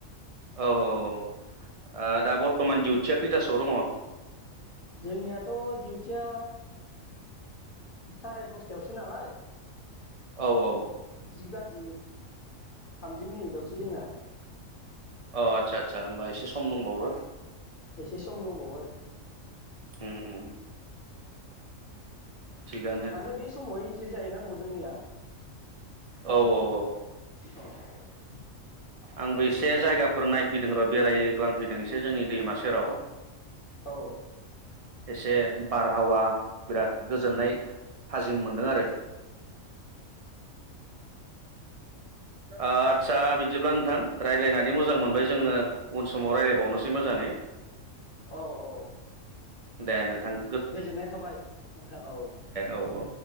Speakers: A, on the right (about 65°); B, on the left (about 45°).
A: औ औ ओ दा बर्थमान दिडिउथिया खैथासोआव दङ?
B: जोंनियाथ डिउटिया साराय दसथायावसो नालाय।
A: औ औ
B: जि बाजि थामजि मिनिटावसो जोंना।
A: औ आदसा आदसा होमबा एसे सम दंबावो।
B: एसे सम दंबावो।
A: उम उम थिगानो
B: माने बे समाव एन्ट्रि जाहैनांगौ। जोंनिया
A: औ औ औ
B: औ
A: आंबो इसे जायगाफोर नायफैदों र बेरायग्लांफैदों इसे जोंनि दैमा सेराव।
B: औ
A: एसे बारहावा बिराद गोजोननाय हाजिम मोनदों आरो आदसा बिदिब्ला नोंथां रायज्लायनानै मोजां मोनबाय जोङो उन समाव रायज्लायबावनोसै मोजाङै।
B: औ औ औ
A: दे नोंथां।
B: गोजोननाय थाबाय नोंथां औ दे।
A: औ औ